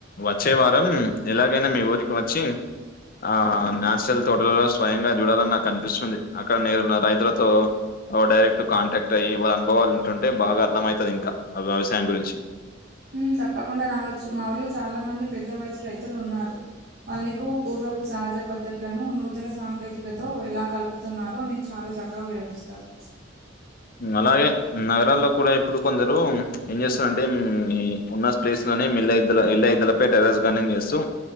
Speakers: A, on the left; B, on the right.
A: వచ్చే వారం ఎలాగైనా మీ ఊరికి వచ్చి ఆ నచ్చరల్ తోటలలో స్వయంగా చూడాలని నాకు అనిపిస్తుంది అక్కడ నేరు రైతులతో ఆగో డైరెక్ట్ కాంటాక్ట్ అయ్యి వాళ్ళ అనుభవాలు ఉంటుంటే బాగా అర్థంమవుతది ఇంకా ఆ వ్యవసాయం గురించి
B: ఉహ్ తప్పకుండా రావచ్చు. మా ఊర్లో చాలా మంది పెద్ద వయసు రైతులు ఉన్నారు. వాళ్ళు నీకు పూర్వపు సహజ పద్ధతులను నూతన సాంకేతికతో ఎలా కలుపుతున్నారో నీకు చాలా చక్కగా వివరిస్తారు.
A: ఉమ్ అలాగే నగరాల్లో కూడా ఇప్పుడు కొందరు ఏం చేస్తారంటే ఉమ్ మీ ఉన్న ప్లేస్ అనే మీలైద్దుల ఇళ్ళైధులపై టెరెస్ గానింగ్ ఏస్తూ